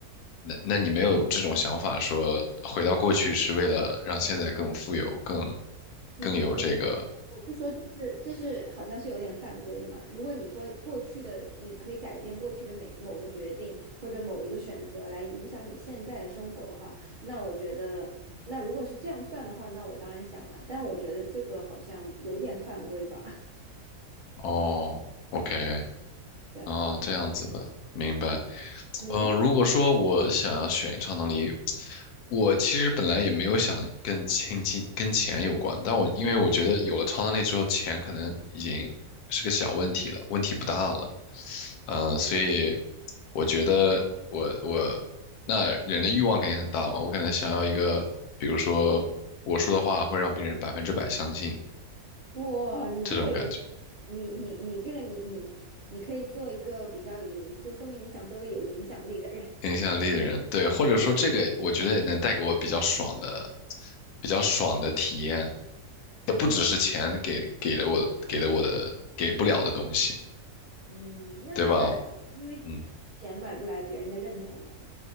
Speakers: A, on the left; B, on the right.
A: 那那你没有这种想法，说回到过去是为了让现在更富有，更
B: 嗯，
A: 更有这个
B: 我我是说，就是就是好像是有点犯规的嘛。如果你说过去的，你可以改变过去的每某个决定或者某一个选择来影响你现在的生活的话，那我觉得，那如果是这样算的话，那我当然想了。但我觉得这个好像有点犯规吧。<laughs>
A: 哦，OK，
B: 对，
A: 哦这样子的，明白。
B: 你呢？
A: 嗯，呃如果说我想要选超能力，我其实本来也没有想跟钱金跟钱有关，但我因为我觉得有了超能力之后，钱可能已经是个小问题了，问题不大了。嗯，所以我觉得我我那人的欲望肯定很大嘛，我可能想要一个，比如说我说的话会让别人百分之百相信
B: 哇，你这个有点，
A: 这种感觉。
B: 你你你这个你你你可以做一个比较有影，就说明你想做一个有影响力的人。<laughs>
A: 影响力的人，对，或者说这个，我觉得也能带给我比较爽的、比较爽的体验。不只是钱给给了我给了我的给不了的东西，
B: 嗯，那当然，
A: 对吧？
B: 因为
A: 嗯，
B: 钱买不来别人的认同啊。